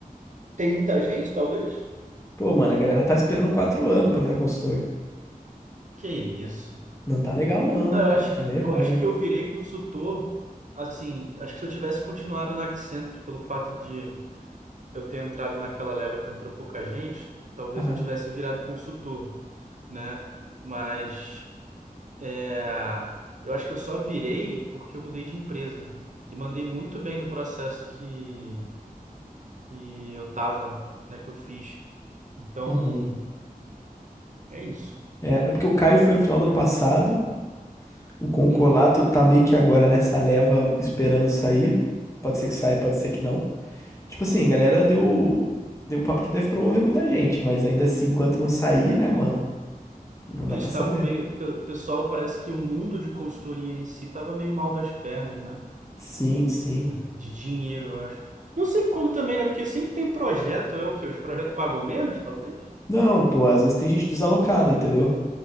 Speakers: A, on the right (about 55°); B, on the left (about 20°).
A: Tem muita gente, talvez?
B: Pô, mano, a galera tá esperando quatro anos pra virar consultor.
A: Que isso.
B: Não tá legal, não,
A: Não, eu
B: cara.
A: acho
B: Tá
A: que
B: meio
A: eu
B: ruim.
A: acho que eu virei consultor, assim, acho que se eu tivesse continuado na Accenture pelo fato de eu ter entrado naquela leva que entrou pouca gente, talvez
B: Aham.
A: eu tivesse virado consultor, né? Mas é, eu acho que eu só virei porque eu mudei de empresa e mandei muito bem no processo que, que eu tava, né, que eu fiz. Então,
B: Uhum.
A: é isso.
B: É, é porque o Caio foi no final do ano passado, o Concolato
A: Uhum.
B: tá meio que agora nessa leva esperando sair. Pode ser que saia, pode ser que não. Tipo assim, a galera deu, deu papo que deve promover muita gente, mas ainda assim, enquanto não sair, né, mano? Não dá
A: Eles
B: pra
A: estavam
B: saber.
A: meio. pe- Pessoal, parece que o mundo de consultoria em si estava meio mal das pernas, né?
B: Sim, sim.
A: De dinheiro, eu acho. Não sei como também, né? Porque sempre tem projeto. É o quê? Os projetos pagam menos, talvez?
B: Não, pô, às vezes tem gente desalocada, entendeu?